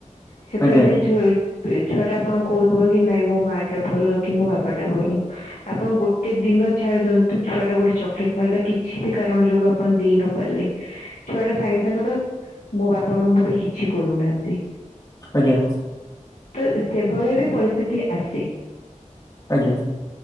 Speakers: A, on the left; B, on the left.
A: ସେତେବେଳେ
B: ଆଜ୍ଞା
A: ଯାଏଁ ଛୁ ଛୁଆ ଟା ଆପଣଙ୍କୁ କହୁଥିବ କି ନାଇଁ ମୋ ମା ଟା ଭଲ କି ମୋ ବାପା ଟା ଭଲ। ଆପଣ ଗୋଟେ ଦିନ ଛାଡ଼ି ଦିଅନ୍ତୁ ଛୁଆଟା ଗୋଟେ ଚକଲେଟ ପାଇଲା କିଛି ବି କାରଣ ଯୋଗୁଁ ଆପଣ ଦେଇ ନ ପାରିଲେ ଛୁଆ ଟା ସାଙ୍ଗେ ସାଙ୍ଗ ତ ମୋ ବାପା ମାମା ମୋ ପାଇଁ କିଛି କରୁନାହାନ୍ତି।
B: ଆଜ୍ଞା
A: ତ ସେଭଳି ବି ପରିସ୍ଥିତି ଆସେ।
B: ଆଜ୍ଞା